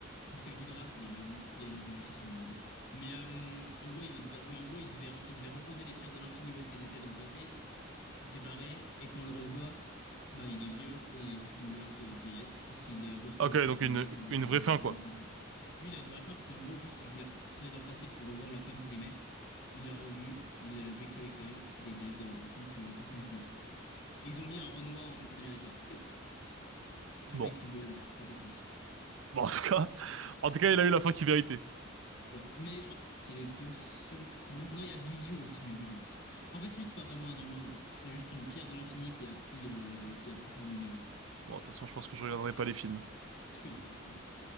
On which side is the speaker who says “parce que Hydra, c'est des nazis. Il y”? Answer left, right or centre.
Left